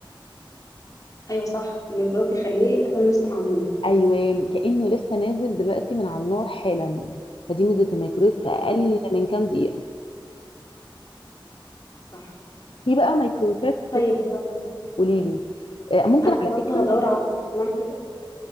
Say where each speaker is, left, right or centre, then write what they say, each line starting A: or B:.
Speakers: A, on the left (about 40°); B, on the left (about 85°).
A: ايوه صح الميكرويف بيخليه اكنه لسه معمول
B: ايوه كانه لسه نازل دلوقتي من على النار حالا فدي ميزه الميكرويف في اقل
A: امم
B: من كام دقيقه
A: صح
B: في بقى ميكرويفات
A: طيب آه،
B: قولي لي آه، ممكن
A: انا
B: على
A: برضو
B: فكره
A: هدور على انواع كده